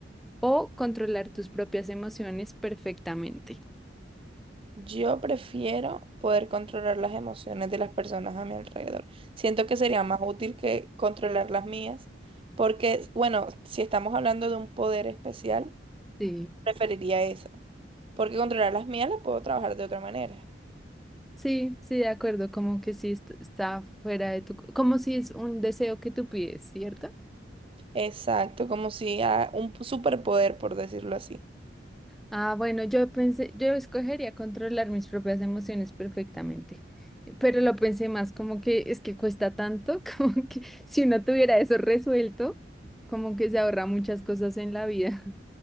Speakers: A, in the centre; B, on the right.
A: o controlar tus propias emociones perfectamente?
B: Yo prefiero poder controlar las emociones de las personas a mi alrededor. Siento que sería más útil que controlar las mías, porque, bueno, si estamos hablando de un poder especial,
A: Sí.
B: preferiría esa, porque controlar las mías las puedo trabajar de otra manera.
A: Sí, sí, de acuerdo, como que sí est- está fuera de tu, como si es un deseo que tú pides, ¿cierto?
B: Exacto, como si a un superpoder, por decirlo así.
A: Ah, bueno, yo pensé, yo escogería controlar mis propias emociones perfectamente, pero lo pensé más como que es que cuesta tanto, <laughs> como que si uno tuviera eso resuelto, como que se ahorra muchas cosas en la vida.